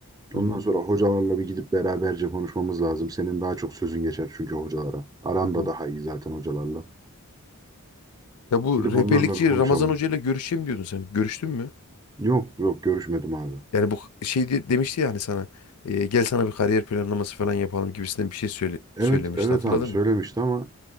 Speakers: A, on the left; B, on the right.
A: Hı
B: Ondan
A: hı.
B: sonra hocalarla bir gidip beraberce konuşmamız lazım. Senin daha çok sözün geçer çünkü hocalara. Aran
A: hı hı.
B: da daha iyi zaten hocalarla.
A: Ya bu
B: Gidip
A: rehberlikçi
B: onlarla bir konuşalım.
A: Ramazan Hoca ile görüşeyim diyordun sen. Görüştün mü?
B: Yok yok görüşmedim abi.
A: Yani bu şey de- demişti yani sana e, gel sana bir kariyer planlaması falan yapalım gibisinden bir şey söyle,
B: Evet
A: söylemişti
B: evet
A: hatırladın
B: abi söylemişti
A: mı?
B: ama